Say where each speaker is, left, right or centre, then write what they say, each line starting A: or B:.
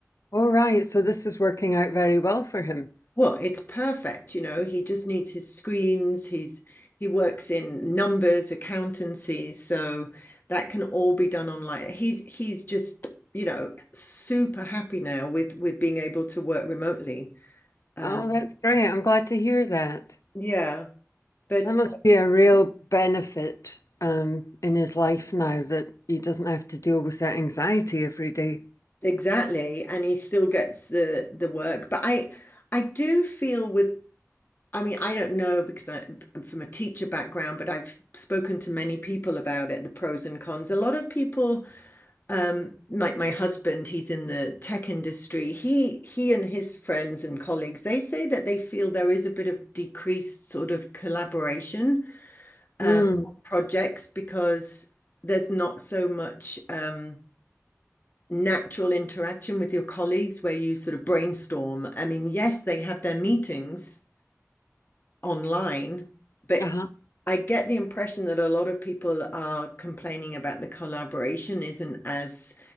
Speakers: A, on the left (about 70°); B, on the left (about 40°).
A: All right. So this is working out very well for him.
B: Well, it's perfect, you know. He just needs his screens. He's he works in numbers, accountancy, so that can all be done online. He's he's just, you know, super happy now with with being able to work remotely. Um,
A: Oh, that's great. I'm glad to hear that.
B: yeah, but
A: That must be a real benefit um, in his life now that he doesn't have to deal with that anxiety every day.
B: exactly, and he still gets the the work. But I I do feel with I mean, I don't know because I, I'm from a teacher background, but I've spoken to many people about it, the pros and cons. A lot of people um like my husband he's in the tech industry he he and his friends and colleagues they say that they feel there is a bit of decreased sort of collaboration
A: Mm.
B: um projects because there's not so much um natural interaction with your colleagues where you sort of brainstorm I mean yes they have their meetings online but
A: Uh-huh.
B: I get the impression that a lot of people are complaining about the collaboration isn't as